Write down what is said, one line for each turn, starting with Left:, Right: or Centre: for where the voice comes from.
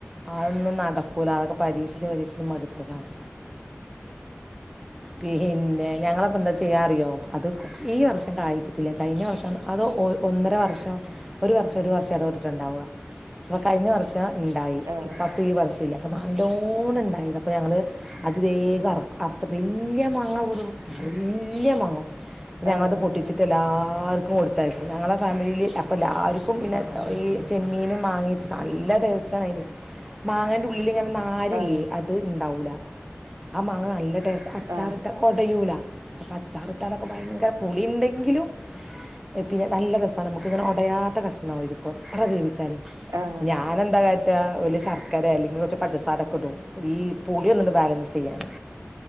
Centre: അതൊന്നും നടക്കൂല അതൊക്ക പരീക്ഷിച്ച് പരീക്ഷിച്ച് മടുത്തതാണ്. പിന്നെ ഞങ്ങളപ്പോന്താ ചെയ്യാ അറിയോ അത് കോ ഈ വർഷം കായിച്ചിട്ടില്ല കയിഞ്ഞ വർഷം അത് ഒ ഒന്നര വർഷം ഒരു വർഷം ഒരു വർഷടവിട്ടിട്ട് ഇണ്ടാവുക അപ്പൊ കഴിഞ്ഞ വർഷം ഇണ്ടായി
Right: ആഹ്
Centre: ഇപ്പോ അപ്പൊഈ വർഷം. ഇല്ല അവ നല്ലോണെണ്ടായിന് അപ്പ ഞങ്ങള്. അത് വേഗർത് വെല്ല്യാ മാങ്ങാ പോലും വെല്ല്യാ മാങ്ങ ഞങ്ങളത്
Right: ആഹ്
Centre: പൊട്ടിച്ച്. എല്ലാർക്കും കൊടുത്തയക്കും ഞങ്ങളെ ഫാമിലിയിൽ അപ്പൊ ല്ലാർക്കും പിന്നെ ഈ ചെമ്മീനും മാ ങ്ങി നല്ല ടേസ്റ്റാണ് അയിന് മാങ്ങന്റെ ഉള്ളില് ങ്ങനെ ന - ആരില്ലേ
Right: ആഹ്
Centre: അത് ണ്ടാവൂല ആ മാങ്ങ നല്ല ടേസ്റ്റ് അച്ചാറിട്ട
Right: ആഹ്
Centre: ഒടയൂല. അച്ചാറ്ട്ടാലൊക്കെ ഭയങ്കര പുളി ണ്ടെങ്കിലും. പിന്നെ നല്ല രസാണ് നമുക്കിങ്ങനെ ഉടയാത്ത കഷ്ണ ആയിരിക്കും എത്ര വേവിച്ചാലും
Right: ആഹ്
Centre: ഞാനെന്താ കാ ഓല് ശർക്കരെ അല്ലെങ്കി കുറച്ച് പഞ്ചസാരൊക്കെ ഇടും ഈ പു ളിയോന്ന് ബാലൻസ് ചെയ്യാന്